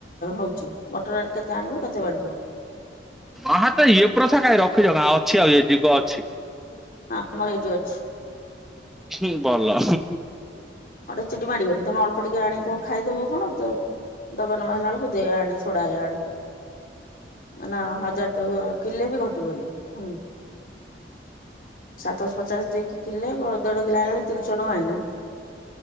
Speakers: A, on the left (about 50°); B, in the centre.
A: ହଉଛି ମଟର ଆଣି କେତେ ଆଣିବୁ କେତେ ବାଣ୍ଟିବୁ?
B: ଆହା ତ ଇଏ ପ୍ରଥା କାଇଁ ରଖିଚ ଅଛି ଆଉ ଇଏ ଯୁଗ ଅଛି।
A: ଆମର ଏଇଟି ଅଛି।
B: ହୁଁ ବଲ।
A: ଗୋଟେ ଚିଟି ମାଡିବନି ତମେ ଅଳ୍ପ ଟିକେ ଆଣି କଣ ଖାଇଦବ କଣ ଯ ଦବା ନବା ହେଲା ବେଳକୁ ଦେ ଆଣେ ସୋଡାଏ ଆଣେ ମାନେ ହଜାର ତବ କିଲେ ବି ଘଟିବନି ହୁଁ। ସାତଶ ପଚାଶ ଦେଇକି କିଲେ ଦେଢ କିଲା ଆଇଁଲା ବେଳେ ତିନିଶହ ଟଙ୍କା ଏଇନା।